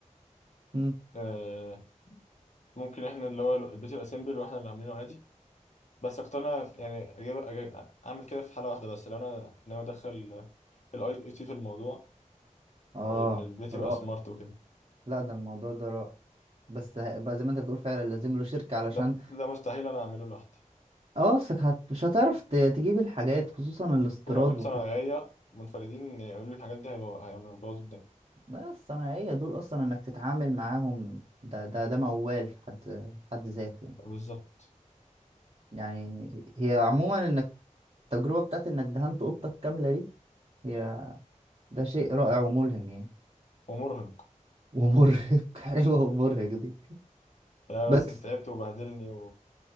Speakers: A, on the right; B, on the left.
A: مم.
B: آه ممكن احنا اللي هو البيت يبقى سيمبل واحنا اللي عاملينه عادي بس اقتنع في- يعني اجيب أجيب اعمل كده في حاله واحده بس لو انا ناوي ادخل الاي اي تي في الموضوع
A: اه
B: وان البيت
A: رائع
B: يبقى سمارت وكده
A: لا ده الموضوع ده رائع بس ه- بقى زي ما انت بتقول فعلا لازم له شركة علشان
B: ده ده مستحيل انا اعمله لوحدي
A: اه اصلك هت... مش هتعرف ت... تجيب الحاجات خصوصا الاستيراد
B: ولو جبت
A: وكده
B: صنايعيه منفردين يعملوا لي الحاجات دي هيبقى هيعملوا بوظ الدنيا
A: لا الصناعية دول اصلا انك تتعامل معاهم ده ده ده موال في حد حد ذاته يعني
B: بالظبط
A: يعني هي عموما انك التجربة بتاعت إنك دهنت أوضتك كاملة دي هي ده شيء رائع وملهم يعني
B: ومرهق
A: ومرهق <laughs> حلوة ومرهق دي
B: لا
A: بس
B: بس تعبت وبهدلني